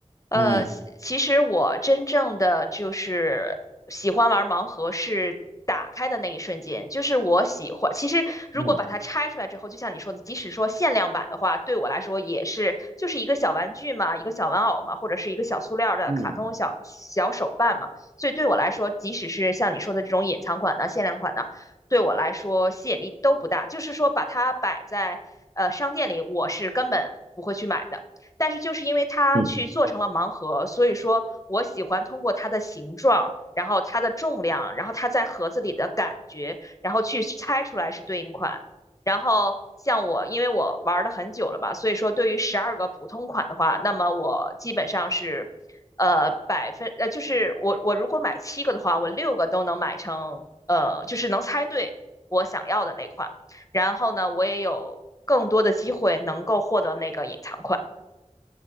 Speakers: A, on the left (about 25°); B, on the right (about 55°).
A: 呃，
B: 嗯
A: 其其实我真正的就是喜欢玩盲盒是打开的那一瞬间，就是我喜欢。其实如果把它拆出来之后，
B: 嗯
A: 就像你说的，即使说限量版的话，对我来说也是就是一个小玩具嘛，一个小玩偶嘛，或者是一个小塑料的卡通小小手办嘛。
B: 嗯
A: 所以对我来说，即使是像你说的这种隐藏款的、限量款的，对我来说吸引力都不大。就是说把它摆在呃商店里，我是根本不会去买的。但是就是因为它去做成了盲盒，
B: 嗯，
A: 所以说我喜欢通过它的形状，然后它的重量，然后它在盒子里的感觉，然后去猜出来是对应款。然后像我，因为我玩的很久了吧，所以说对于十二个普通款的话，那么我基本上是，呃，百分呃，就是我我如果买七个的话，我六个都能买成，呃，就是能猜对我想要的那款。然后呢，我也有更多的机会能够获得那个隐藏款。